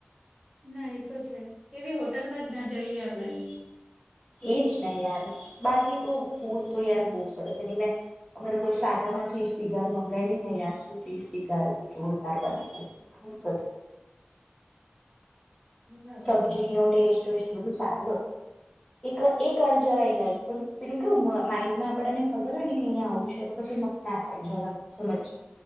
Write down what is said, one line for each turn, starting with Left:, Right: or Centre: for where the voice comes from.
Right: ના એ તો છે એવી હોટલ માં જ ના જઈએ આપડે.
Left: એજ ને યાર બાકી તો ફૂડ તો યાર બઉ સરસ છે એ બી મેં અમે લોકોએ સ્ટાર્ટર માં ચીઝ સિગાર મંગાઈલીને યાર શું ચીઝ શિગાર અતી જોરદાર બનાવી અતી. <unintelligible>
Right: બરાબર
Left: સબ્જીનો ટેસ્ટ વેસ્ટ બધું સારું જ અતુ એક એક વાર જવાય લાઈક પણ પેલું કેવું મ માઈન્ડ માં આપડાને ખબર હોય ને કે અઈયા આવું છે તો પછી મ ના થાય જવાનું સમજ